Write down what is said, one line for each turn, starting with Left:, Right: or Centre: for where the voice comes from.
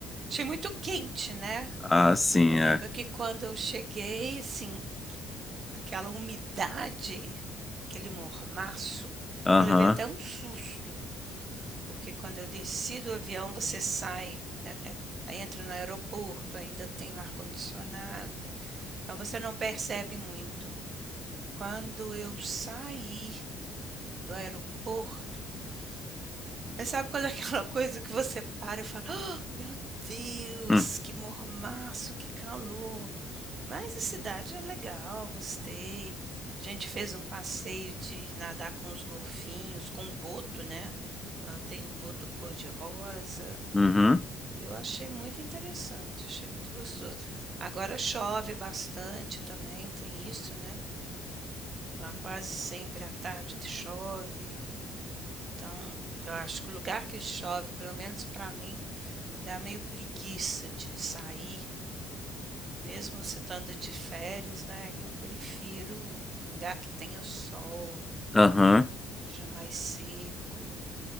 Right: Achei muito quente, né.
Left: Ah, sim,
Right: Eu lembro
Left: é.
Right: que quando eu cheguei, assim, aquela umidade, aquele mormaço,
Left: Aham.
Right: eu levei até um susto, porque quando eu desci do avião, você sai, né, é- entra no aeroporto, ainda tem o ar-condicionado. Então você não percebe muito. Quando eu saí do aeroporto, <laughs> mas sabe quando é aquela coisa que você para e fala: "Ah, meu Deus,
Left: Hum.
Right: que mormaço, que calor". Mas a cidade é legal, gostei. A gente fez um passeio de nadar com os golfinhos, com o boto, né, lá tem o boto cor-de-rosa.
Left: Uhum.
Right: Eu achei muito interessante, achei muito gostoso. Agora chove bastante também, tem isso, né. Lá quase sempre à tarde chove, então eu acho que o lugar que chove, pelo menos para mim, me dá meio preguiça de sair, mesmo se estando de férias, né? Eu prefiro um lugar que tenha sol,
Left: Aham.
Right: seja mais seco.